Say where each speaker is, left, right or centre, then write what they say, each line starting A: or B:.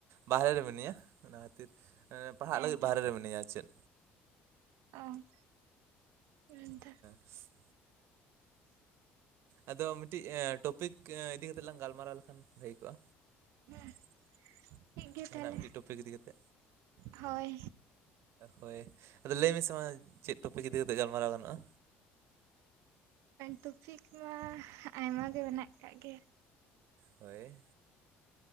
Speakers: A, on the right; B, on the right.
A: ᱵᱟᱦᱨᱮ ᱨᱮ ᱢᱤᱱᱟᱹᱧᱟ ᱚᱱᱟ ᱛᱤᱨ ᱯᱟᱲᱦᱟᱜ
B: ᱦᱮᱸᱛᱚ
A: ᱞᱟᱹᱜᱤᱫ ᱵᱟᱦᱨᱮ ᱨᱮ ᱢᱤᱱᱟᱹᱧᱟ ᱪᱮᱫ
B: ᱚᱸ ᱦᱮᱸ ᱛᱚ
A: ᱦ <inaudible> ᱟᱫᱚ ᱢᱤᱫ ᱴᱤᱡ ᱴᱚᱯᱤᱠ ᱤᱫᱤ ᱠᱟᱛᱮᱜ ᱞᱟᱝ ᱜᱟᱞᱢᱟᱨᱟᱣ ᱞᱮᱠᱷᱟᱱ ᱵᱷᱟᱜᱮ ᱠᱚᱜᱼᱟ
B: ᱦᱮᱸ ᱴᱷᱤᱠ ᱜᱮᱭᱟ
A: ᱡᱟᱦᱟᱱᱟᱜ
B: ᱛᱟᱦᱚᱞᱮ
A: ᱢᱤᱫᱴᱤᱡ ᱴᱚᱯᱤᱠ ᱤᱫᱤ ᱠᱟᱛᱮ
B: ᱦᱳᱭ
A: ᱦᱳᱭ ᱟᱫᱚ ᱞᱟᱹᱭ ᱢᱮᱥᱮ ᱢᱟ ᱪᱮᱫ ᱴᱚᱯᱤᱠ ᱤᱫᱤ ᱠᱟᱛᱮᱫ ᱜᱟᱞᱢᱟᱨᱟᱣ ᱜᱟᱱᱚᱜᱼᱟ?
B: ᱴᱚᱯᱤᱠ ᱢᱟ ᱟᱭᱢᱟ ᱜᱮ ᱢᱮᱱᱟᱜ ᱟᱠᱟᱫ ᱜᱮ
A: ᱦᱳᱭ